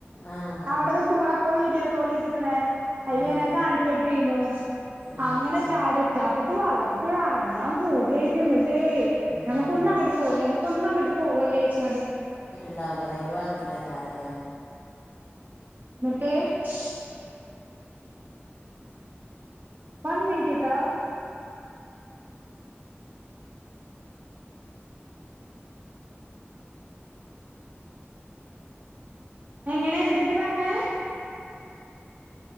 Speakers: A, on the left; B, on the right.
A: ആഹ്
B: അവിടന്ന് കുമ്പള അപ്പ വീഡിയോ കോൾ ചെയ്തുക്കണേ അതില്നെ
A: ഉം
B: കാണിച്ചോടുത്തീന്
A: ആഹ്
B: അങ്ങനെ ചാടച്ചാപ്പിക്ക് വെള്ളത്തിക്കടെ ഇറങ്ങാൻ പൂജ ആയിട്ടന്നിട്ടേ
A: ഉം
B: നമുക്ക ഒന്ന അങ്ങട്ട് പോല്ല നമക്ക് ഒന്ന അങ്ങട്ട് പോവലേയിച്ചു
A: ഉണ്ടാവ അല്ലെ വളത്തണക്കാരല്ലേ
B: <unintelligible> വൺ മിനിറ്റ്ട്ട എങ്ങനാ എന്താജ് പറഞ്ഞത്